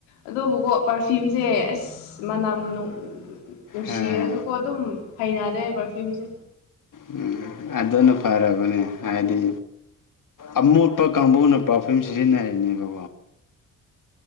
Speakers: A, on the left; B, on the left.
A: ꯑꯗꯨꯕꯨꯀꯣ ꯄꯔꯐ꯭ꯌꯨꯝꯁꯦ ꯑꯁ ꯃꯅꯝ ꯅꯨꯡꯁꯤꯔꯁꯨꯀꯣ
B: ꯍꯥ
A: ꯑꯗꯨꯝ ꯍꯩꯅꯔꯦ ꯄꯔꯐ꯭ꯌꯨꯝꯁꯦ
B: ꯎꯝ ꯑꯗꯨꯅ ꯐꯔꯕꯅꯦ ꯍꯥꯏꯗꯤ ꯑꯃꯣꯠꯄ ꯀꯥꯡꯕꯨꯅ ꯄꯥꯔꯐ꯭ꯌꯨꯝ ꯁꯤꯖꯤꯟꯅꯔꯤꯅꯦꯕꯣ